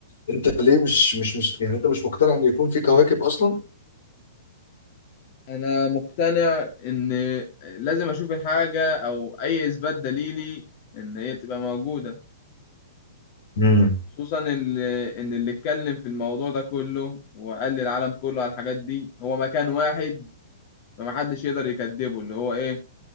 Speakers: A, on the left (about 70°); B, on the left (about 45°).
A: انت ليه مش مش مش يعني انت مش مقتنع ان يكون في كواكب اصلا
B: انا مقتنع ان لازم اشوف الحاجه او اي اثبات دليلي ان هي تبقى موجوده
A: مم.
B: خصوصا ان ان اللي اتكلم في الموضوع ده كله وقال للعالم كله على الحاجات دي هو مكان واحد فمحدش يقدر يكذبه اللي هو ايه